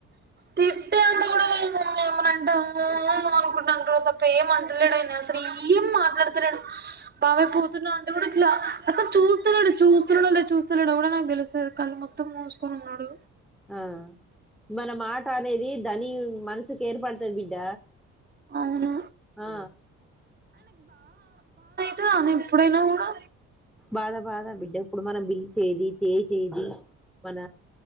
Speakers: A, on the right; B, in the centre.
A: తిట్టే అంత కూడా లేము లేమనంటే అమ్మో అనుకుంటాండు తప్ప ఏం అంటలేడు అయనసలు ఏం మాట్లాడతలేడు బాబాయ్ పోతున్నా అంటే కూడా ఇట్లా అట్లా అసలు చూస్తలేడు చూస్తున్నాడులేదు చూస్తలేదో కూడా నాకు తెలుస్తలేదు కళ్ళు మొత్తం మూసుకొని ఉన్నాడు
B: ఆ మన మాట అనేది ధని మనసుకి ఏర్పడుతాది బిడ్డ
A: అవును
B: ఆ
A: తా ఇప్పుడైనా కూడా
B: బాధ బాధ బిడ్డ ఇప్పుడు మనం పిల్చేేది చేసేది మన